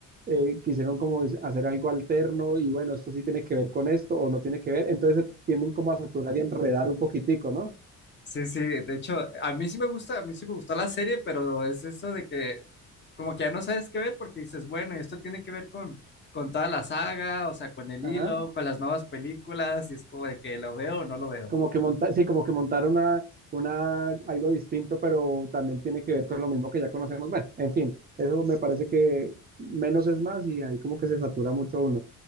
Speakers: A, on the right; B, on the left.
A: eh, quisieron como es- hacer algo alterno y bueno, esto sí tiene que ver con esto o no tiene que ver, entonces se tienden como a saturar y a enredar un poquitico, ¿no?
B: Sí, sí, de hecho, a mí sí me gusta, a mí sí me gustó la serie, pero es eso de que como que ya no sabes qué ver porque dices, bueno, y esto tiene que ver con, con toda la saga, o sea, con el
A: Ajá,
B: hilo, con las nuevas películas, y es como de que lo veo o no lo veo.
A: como que montar, sí, como que montar una, una, algo distinto, pero también tiene que ver con lo mismo que ya conocemos. Bueno, en fin, eso me parece que menos es más y ahí como que se satura mucho uno.